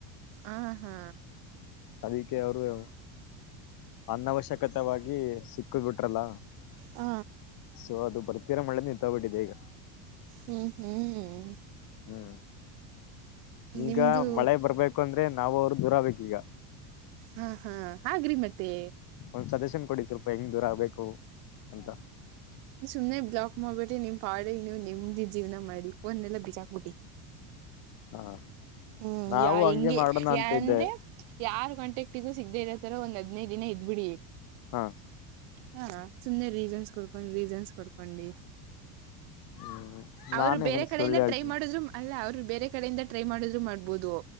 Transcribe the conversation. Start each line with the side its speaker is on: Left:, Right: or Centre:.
Right: ಆ ಹಾ
Left: ಅದಕ್ಕೆ ಅವರು ಯ ಅನವಶ್ಯಕತವಾಗಿ ಸಿಕ್ಕ ಬಿಟ್ರಲ್ಲ
Right: ಹ
Left: ಸೊ ಅದು ಬರ್ ತೀರ ಮಳೇ ನಿಂತಬಿಟ್ಟಿದೆ ಈಗ
Right: ಹ್ಮ್ ಹ್ಮ್
Left: ಹ್ಮ್ ಈಗ
Right: ನಿಮ್ದು
Left: ಮಳೆ ಬರ್ಬೇಕು ಅಂದ್ರೆ ನಾವು ಅವರು ದೂರ ಆಗ್ಬೇಕು ಈಗ
Right: ಹಾ ಹಾ ಹಾಗ್ರಿ ಮತ್ತೆ
Left: ಒಂದ್ ಸಜೆಷನ್ ಕೊಡಿ ಸ್ವಲ್ಪ ಹೆಂಗ್ ದೂರ ಆಗ್ಬೇಕು ಅಂತ
Right: ಸುಮ್ನೆ ಬ್ಲಾಕ್ ಮಾಡ್ಬಿಟ್ಟಿ ನಿಮ್ ಪಾಡಿಗ್ ನೀವು ನೆಮ್ದಿ ಜೀವನ ಮಾಡಿ ಫೋನ್ ಎಲ್ಲ ಬಿಸಾಕ್ಬಿಟ್ಟಿ
Left: ಹಾ
Right: ಹ್ಮ್
Left: ನಾವು
Right: ಯಾ
Left: ಹಂಗೆ
Right: ಹಿಂಗೆ
Left: ಮಾಡೋಣ
Right: ಯಂದ್ರೆ
Left: ಅಂತ ಇದ್ದೆ
Right: ಯಾರ್ ಕಾಂಟಕ್ಟಗು ಸಿಗದೆೇ ಇರೋತರ ಒಂದ್ ಹದಿನ್ಯೆದು ದಿನ ಇದ್ಬಿಡಿ
Left: ಹಾ
Right: ಹಾ ಸುಮ್ನೆ ರೀಸನ್ಸ್ ಕೊಡ್ಕೊಂಡ್ ರೀಸನ್ಸ್ ಕೊಡ್ಕೊಂಡಿ
Left: ಹ್ಮ್
Right: ಅವ್ರು
Left: ನಾನು
Right: ಬೇರೆ
Left: ಏನಾದ್ರು
Right: ಕಡೆಯಿಂದ
Left: ಸುಳ್ಳು ಹೇಳ್ತೀನಿ
Right: ಟ್ರೈ ಮಾಡುದ್ರು ಅಲ್ಲ ಅವ್ರು ಬೇರೆ ಕಡೆಯಿಂದ ಟ್ರೈ ಮಾಡಿದ್ರು ಮಾಡ್ಬೋದು